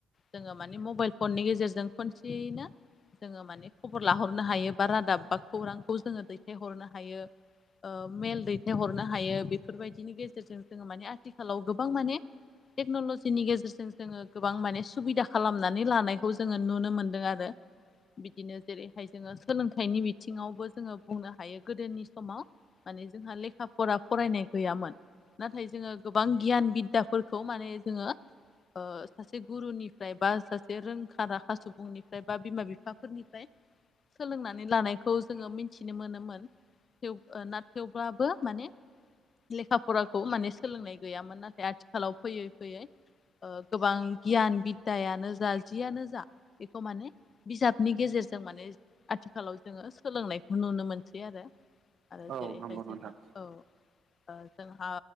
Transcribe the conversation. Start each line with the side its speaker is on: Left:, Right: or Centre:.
Left: जोङो माने मबाइल फननि गेजेरजों खनसेयैनो जोङो माने खबर लाहरनो हायो बा रादाब बा खौरांखौ जोङो दैथायहरनो हायो। ओ मेल दैथायहरनो हायो बेफोरबायदिनि गेजेरजों जोङो माने आथिखालाव गोबां माने टेक्न'ल'जिनि गेजेरजों जोङो गोबां माने सुबिदा खालामनानै लानायखौ जोङो नुनो मोनदों आरो। बिदिनो जेरैहाय जोङो सोलोंथाइनि बिथिङावबो जोङो बुंनो हायो गोदोनि समाव माने जोंहा लेखा फरा फरायनाय गैयामोन। नाथाय जोङो गोबां गियान बिद्दाफोरखौ माने जोङो ओ सासे गुरुनि फ्राय बा सासे रोंखा राखा सुबुंनिफ्राय बा बिमा बिफाफोरनिफ्राय सोलोंनानै लानायखौ जोङो मिथिनो मोनोमोन। थेव ना थेवब्लाबो माने लेखा फराखौ माने सोलोंनाय गैयामोन नाथाय आथिखालाव फैयै फैयै गोबां गियान बि दायानो जा जियानो जा बेखौ माने बिजाबनि गेजेरजों माने आथिखालाव जोङो सोलोंनायखौ नुनो मोनसै आरो आरो
Right: औ
Left: जेरैहाय
Right: नंगौ
Left: जोंहा
Right: नोंथां
Left: औ ओ जोंहा